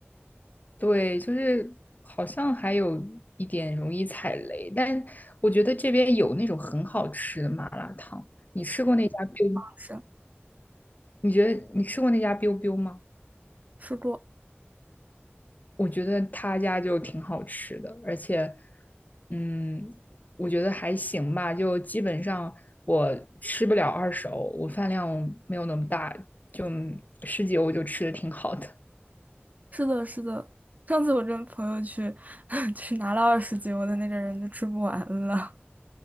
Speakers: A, on the left (about 40°); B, on the right (about 40°).
A: 对，就是好像还有一点容易踩雷，但我觉得这边有那种很好吃的麻辣烫。你吃那家 biu，
B: 是，
A: 你觉得你吃过那家 biu biu 吗？
B: 吃过。
A: 我觉得他家就挺好吃的，而且，嗯，我觉得还行吧，就基本上我吃不了二手，我饭量没有那么大，就十几欧就吃的挺好的。
B: 是的，是的。上次我跟朋友去 <laughs> 去拿了二十斤，我的那个人就吃不完了。